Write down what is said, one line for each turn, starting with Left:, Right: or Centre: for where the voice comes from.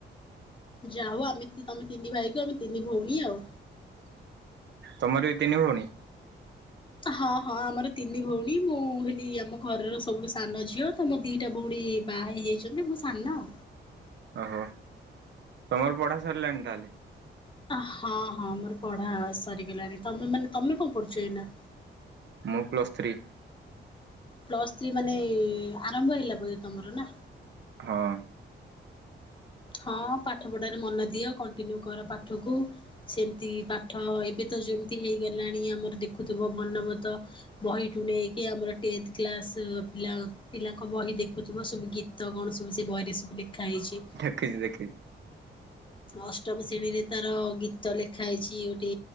Left: ଯା ହଉ ଆମେ ତମେ ତିନି ଭାଇ କ ଆମେ ତିନି ଭଉଣୀ ଆଉ।
Right: ତମର ବିଇ ତିନି ଭଉଣୀ।
Left: ହଁ ହଁ ଆମର ତିନି ଭଉଣୀ ମୁଁ ହେଲି ଆମ ଘରର ସବୁଠୁ ସାନ ଝିଅ। ତ ମୋର ଦିଟା ଭଉଣୀ ବାହା ହେଇଯାଇଛନ୍ତି ମୋ ସାନ ଆଉ।
Right: ଓହୋ ତମର ପଢ଼ା ସରିଲାଣି ତାହେଲେ?
Left: ହଁ ହଁ ମୋର ପଢା ସରିଗଲାଣି ତମେ ମାନେ ତମେ କଣ ପଢୁଛ ଏଇନା?
Right: ମୁଁ ପ୍ଲସ୍ ଥ୍ରୀ।
Left: ପ୍ଲସ୍ ଥ୍ରୀ ମାନେ ଆରମ୍ଭ ହେଇଲା ବ ତମର ନା?
Right: ହଁ।
Left: ହଁ ପାଠ ପଢାରେ ମନ ଦିଅ କଣ୍ଟିନ୍ୟୁ କର ପାଠକୁ। ସେମିତି ପାଠ ଏବେ ତ ଯେମିତି ହେଇଗଲାଣି ଆମର ଦେଖୁଥିବ ବଲବତ ବହିଠୁ ନେଇକି ଆମର କ୍ଲାସ ପା ପିଲାଙ୍କ ବହି ଦେଖୁଥିବ ସବୁ ଗୀତ ଗୀତ କଣ ସବୁଜ ବହିରେ ଲେଖା ହେଇଛି।
Right: ଦେଖଛି ଦେଖି
Left: ଅଷ୍ଟମ ଶ୍ରେଣୀରେ ତାର ଗୀତ ଲେଖା ହେଇଛି ଗୋଟେ